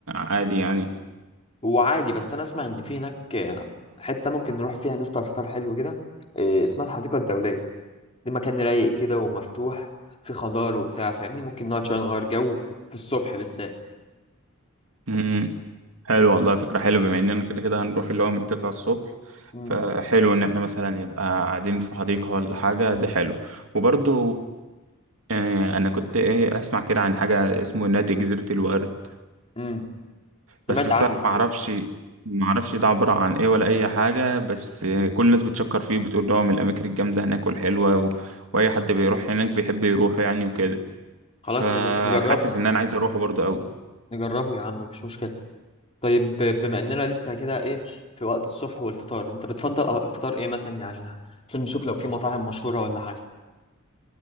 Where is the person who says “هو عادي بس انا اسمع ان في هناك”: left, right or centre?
Left